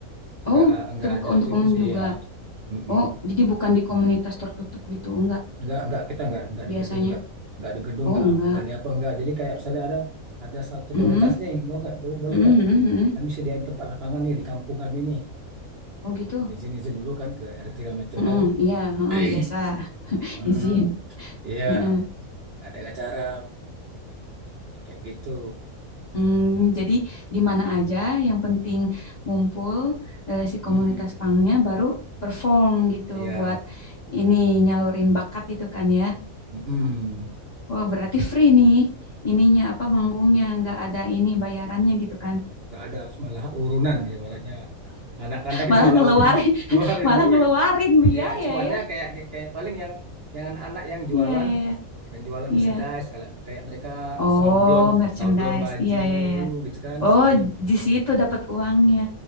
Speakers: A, on the right; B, on the left.
A: nggak
B: Oh,
A: nggak
B: terbuka
A: ada
B: untuk
A: itu
B: umum
A: bisa
B: juga.
A: iya Mm-mm.
B: Oh, jadi bukan di komunitas tertutup gitu enggak
A: nggak nggak kita nggak nggak
B: biasanya.
A: di gedung nggak nggak di gedung
B: Oh,
A: nggak
B: enggak.
A: ap- nggak di apa nggak jadi kayak misalnya ada ada satu
B: Mm-mm.
A: komunitas nih mau nggak Bo- boleh
B: Mm-mm,
A: nggak
B: mm-mm.
A: kami sediain tempat lapangan nih di kampung kami nih
B: Oh, gitu.
A: izin izin dulu kan ke RT segala macam
B: Mm-mm,
A: kan
B: iya, heeh,
A: <clears throat>
B: biasa. <laughs>
A: hmm,
B: Izin.
A: iya
B: Heeh.
A: ada acara kayak gitu
B: Hmm, jadi di mana aja yang penting ngumpul eh, si komunitas
A: Mm-mm.
B: pangnya baru perform gitu
A: iya
B: buat ini nyalurin bakat gitu kan ya.
A: Mm-mm.
B: Oh, berarti free nih. Ininya apa manggungnya nggak ada ini bayarannya gitu kan.
A: nggak ada malah urunan ya baratnya anak-anak itu
B: Malah
A: malah
B: ngeluarin
A: urun
B: <laughs>
A: ngeluarin
B: malah
A: duit
B: ngeluarin biaya
A: ya cuannya
B: ya.
A: kayak kayak kayak paling yang yang anak-anak yang jualan
B: Iya iya iya.
A: yang jualan
B: Iya.
A: merchandise kayak kayak mereka
B: Oh,
A: sablon
B: merchandise.
A: sablon baju
B: Iya iya iya. iya.
A: gitu kan
B: Oh,
A: sablon
B: di situ dapat uangnya.